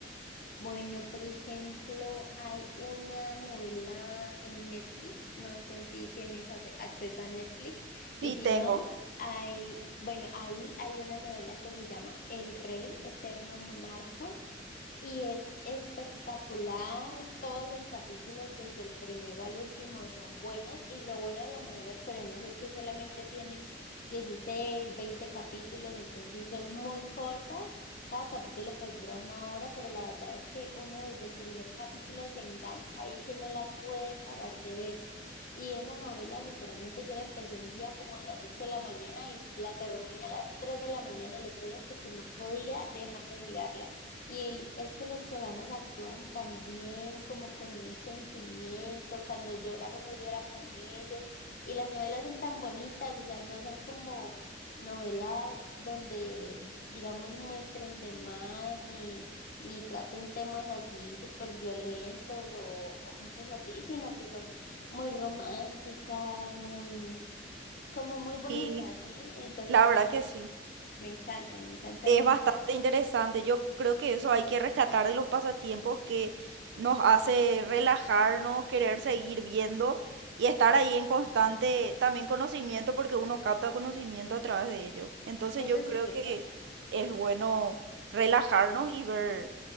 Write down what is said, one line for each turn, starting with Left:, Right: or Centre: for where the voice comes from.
Left: Bueno, por ejemplo, hay una novela en Netflix, no sé si tienes ace- acceso a Netflix, y
Right: Sí,
Left: si Sí,
Right: tengo.
Left: no, claro. hay, bueno, ahí hay una novela que se llama El Rey Eterno Monarca, y es espectacular, todos los capítulos desde el primero al último son buenos y lo bueno de las novelas coreanas es que solamente tienen 16 20 capítulos, entonces son muy cortas, cada capítulo pues dura una hora, pero la verdad es que uno desde el primer capítulo se engancha ahí que no la puede parar de ver. Y esa novela literalmente yo la empecé un día como a las 8 de la mañana y la terminé a las 3 de la mañana el otro día porque no podía dejar de mirarla. Y el- es que los coreanos actúan tan bien, como con un sentimiento, cuando lloran uno llora con ellos, y las novelas son tan bonitas, o sea, no son como novelas donde, digamos, muestren de más, ni, ni traten temas así súper violentos o, o cosas así, sino que son muy románticas, muy, como muy bonitas,
Right: Y
Left: ¿sí? Entonces
Right: la
Left: me,
Right: verdad que sí.
Left: me encantan, me encantan
Right: Es
Left: un-
Right: bastante
Left: montón.
Right: interesante. Yo creo que eso hay que rescatar de los pasatiempos que nos hace relajarnos, querer seguir viendo y estar ahí en constante también conocimiento porque uno capta conocimiento a través de ello. Entonces
Left: Eso
Right: yo
Left: es
Right: creo
Left: verdad.
Right: que es bueno relajarnos y ver